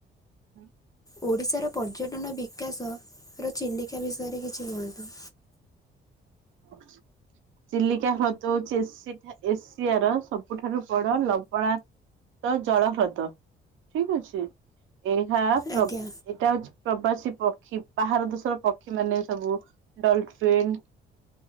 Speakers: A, on the right; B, on the left.
A: ହୁଁ।
B: ଓଡ଼ିଶାର ପର୍ଯ୍ୟଟନ ବିକାଶ, ର ଚିଲିକା ବିଷୟରେ କିଛି କୁହନ୍ତୁ?
A: <inaudible> ଚିଲିକା ହ୍ରଦ ହଉଛି ଏସି ଏସିଆର, ସବୁଠାରୁ ବଡ ଲବଣା ତ ଜଳ ହ୍ରଦ। ଠିକ୍ ଅଛି। ଏହା ପ୍ରଗ୍
B: ଆଜ୍ଞା
A: ଏଟା ହଉଛି ପ୍ରବାସୀ ପକ୍ଷୀ, ବାହାର ଦେଶର ପକ୍ଷୀ ମାନେ ସବୁ, ଡଲ୍ଫିନ୍